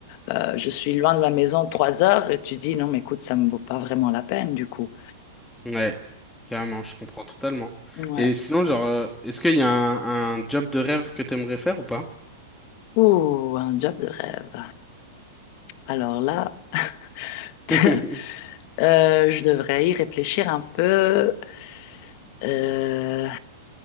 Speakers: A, on the left; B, in the centre.
A: euh, je suis loin de la maison trois heures, et tu dis, non, mais écoute, ça me vaut pas vraiment la peine, du coup.
B: Ouais, carrément, je comprends totalement.
A: Ouais.
B: Et sinon, genre, euh, est-ce qu'il y a un, un job de rêve que t'aimerais faire ou pas?
A: Ouh, un job de rêve. Alors là, <laughs>
B: <laughs>
A: euh, je devrais y réfléchir un peu. Euh,